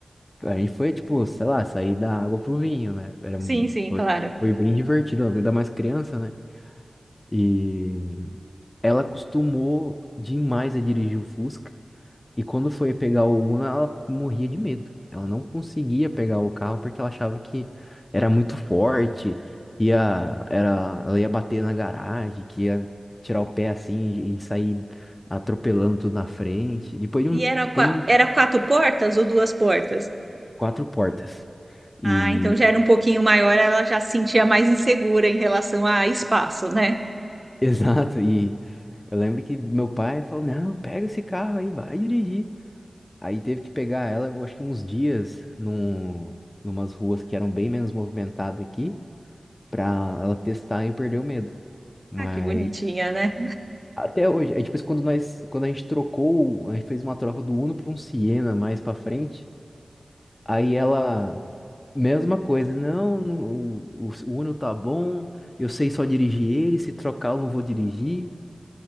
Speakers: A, on the left; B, on the right.
A: a gente foi, tipo, sei lá, sair da água pro vinho, né? Era,
B: Sim, sim,
A: foi,
B: claro.
A: foi bem divertido, ainda mais criança, né? E ela acostumou demais a dirigir o Fusca. E quando foi pegar o Uno, ela morria de medo. Ela não conseguia pegar o carro porque ela achava que era muito forte, que ia, era, ela ia bater na garagem, que ia tirar o pé assim e sair atropelando tudo na frente. Depois de um
B: E era,
A: tem
B: qua- era quatro portas ou duas portas?
A: quatro portas.
B: Ah,
A: E
B: então já era um pouquinho maior, ela já se sentia mais insegura em relação a espaço, né?
A: <laughs> exato, e eu lembro que meu pai falou: "Não, pega esse carro aí, vai dirigir". Aí teve que pegar ela, eu acho que uns dias num numas ruas que eram bem menos movimentadas aqui. pra ela testar e perder o medo. Mas
B: Ah, que bonitinha, né?
A: até hoje, é tipo assim, quando nós, quando a gente trocou, a gente fez uma troca do Uno para um Siena mais pra frente, aí ela mesma coisa, não, não, o, o Uno tá bom, eu sei só dirigir ele, se trocar eu não vou dirigir.